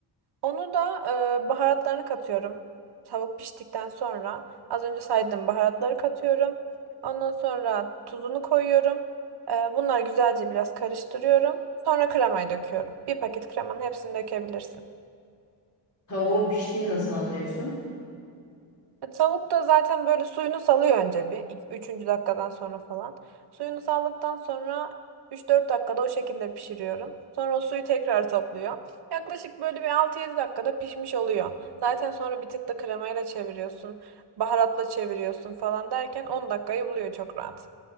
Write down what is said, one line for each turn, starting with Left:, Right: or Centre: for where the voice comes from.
Right: Onu da e, baharatlarını katıyorum. Tavuk piştikten sonra az önce saydığım baharatları katıyorum. Ondan sonra tuzunu koyuyorum. E, bunları güzelce biraz karıştırıyorum. Sonra kremayı döküyorum. Bir paket kremanın hepsini dökebilirsin.
Left: Tavuğun piştiğini nasıl anlıyorsun?
Right: E, Tavuk da zaten böyle suyunu salıyor önce bir. ik- Üçüncü dakikadan sonra falan. Suyunu saldıktan sonra üç dört dakikada o şekilde pişiriyorum. Sonra o suyu tekrar topluyor. Yaklaşık böyle bir altı yedi dakikada pişmiş oluyor. Zaten sonra bir tık da kremayla çeviriyorsun. Baharatla çeviriyorsun falan derken 10 dakikayı buluyor çok rahat.